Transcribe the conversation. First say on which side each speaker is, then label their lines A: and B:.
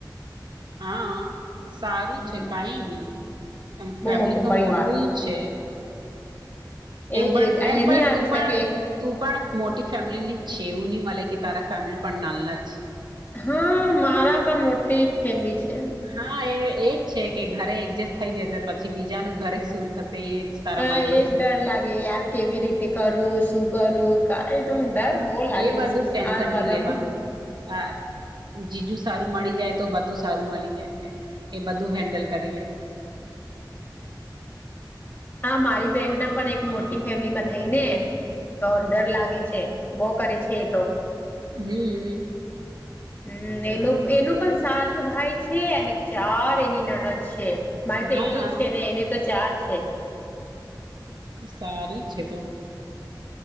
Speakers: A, on the right (about 70°); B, on the left (about 25°).
A: હા સારુ
B: હમ
A: છે કાઈ ની એમ
B: બહુ
A: ફેમિલી તો
B: પરિવાર
A: મોટું છે.
B: એજ
A: એમ પણ
B: એજ અહિયાં
A: એમ પણ
B: ની આવી
A: તું પણ
B: શકે.
A: તું પણ મોટી ફેમિલીની જ છે એવું નહી મલે કે તારા ફેમિલી પણ નાલ્લા
B: હા મારા પણ મોટી ફેમિલી છે.
A: હા એ એજ છે કે ઘરે એડજસ્ટ થઈ જશે પછી બીજાનું ઘરે શું થશે એ તારા
B: હા
A: મનમાં
B: એજ
A: હશે
B: ડર લાગે યાર કેવી રીતે કરું શું કરું કાઈ તો ડર બહુ લાગે
A: એ બધું ટેન્શન
B: આ બધામાં
A: નહી લેવાનું, હા જીજું સારું મળી જાય તો બધું સારું મલી જાય, એ બધું હેન્ડલ કરી લે.
B: હા મારી બેહેનના પણ એક મોટી ફેમિલીમાં થઈ ને! તો ડર લાગે છે બઉ કરે છે એ તો.
A: હમ્મ.
B: હમ એનું એનું પણ સાત ભાઈ છે અને ચાર એની નાના છે. મારે તો
A: હા
B: એકલી જ છે ને એને તો ચાર છે.
A: સારું છે તો.